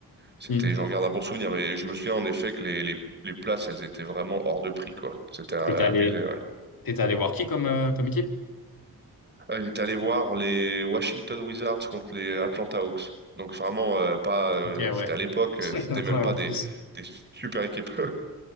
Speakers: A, on the right; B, on the left.
A: c'était,
B: hmm.
A: j'en regarde un bon souvenir, mais je me souviens en effet que les, les, les places, elles étaient vraiment hors de prix, quoi. C'était euh,
B: T'étais allé,
A: abusé, ouais.
B: t'étais allé voir qui comme, euh, comme équipe?
A: Euh, J'étais allé voir les Washington Wizards contre les Atlanta Hawks. Donc vraiment euh, pas, euh,
B: Ok, ouais.
A: c'était à l'époque, euh,
B: <laughs>
A: c'était même
B: Ouais,
A: pas
B: en
A: des,
B: plus.
A: des super équipes. <laughs>